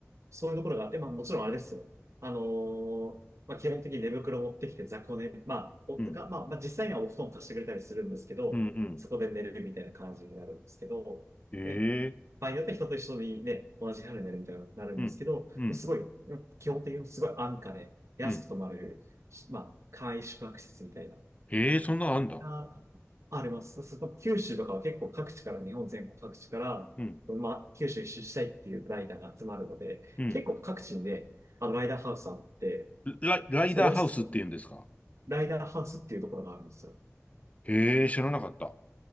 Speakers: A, on the right (about 65°); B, on the left (about 30°).
A: そういうところがあって、まあもちろんあれですよ。あのーまあ基本的に寝袋持ってきて雑魚寝、まあ、夫が、
B: うん。
A: まあ、まあ実際にはお布団貸してくれたりするんですけど、
B: うん、
A: そこで寝るみたいな感じになるんですけど、
B: うん。へえ。
A: で、場合によっては人と一緒にね、同じ部屋で寝るみたいになるんですけど、
B: うん。うん。
A: すごい、基本的にすごい安価で安く泊まれる、
B: うん。
A: まあ簡易宿泊施設みたいな
B: へえ、そんなのあんだ。
A: あ、あります。そこ、九州とかは結構各地から、日本全国各地から、
B: うん。
A: まあ、九州一周したいっていうライダーが集まるので、
B: うん。
A: 結構各地にね、あの、ライダーハウスあって、
B: ラ、ライダーハウスって言うんですか
A: そう、安くと、ライダーハウスっていうところがあるんですよ。
B: へえ、知らなかった。